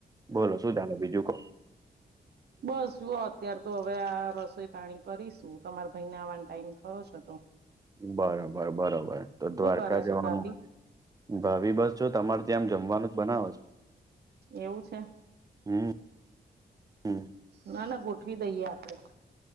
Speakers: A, on the right; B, on the right.
A: બોલો સુું ચાલે બીજું કો?
B: બસ જુઓ અત્યારે તો હવે આ રસોઈ પાણી કરીશું તમારા ભાઈને આવાનો ટાઈમ થયો છે, તો
A: બરોબર બરોબર તો
B: શું
A: દ્વારકા
B: કરે છે
A: જવાનું
B: ભાભી
A: ભાભી બસ જો તમાર તેમ જમવાનું જ બનાવે છે.
B: એવું છે,
A: હમ હમ
B: ના ના ગો <unintelligible> દઈએ આપણેે